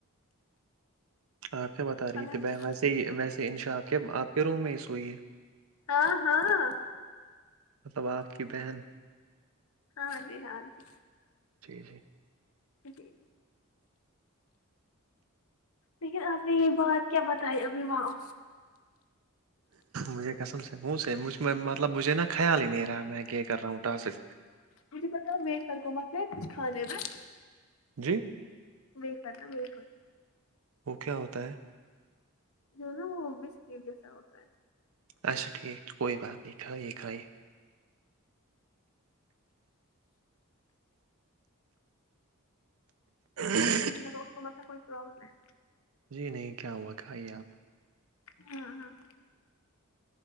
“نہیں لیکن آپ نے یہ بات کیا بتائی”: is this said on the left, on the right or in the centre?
Left